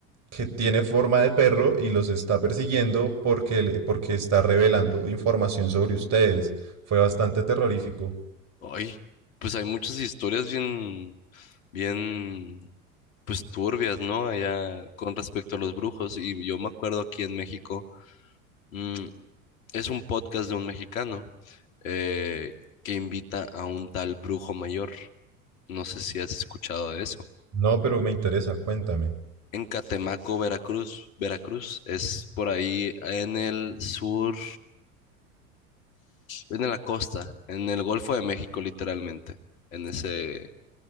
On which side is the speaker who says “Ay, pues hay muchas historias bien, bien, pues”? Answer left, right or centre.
Left